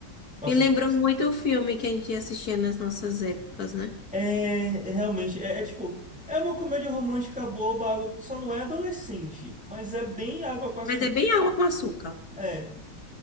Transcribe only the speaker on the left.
Me
lembrou muito o filme que a gente assistia nas nossas épocas, né?
Mas é bem água com açúcar.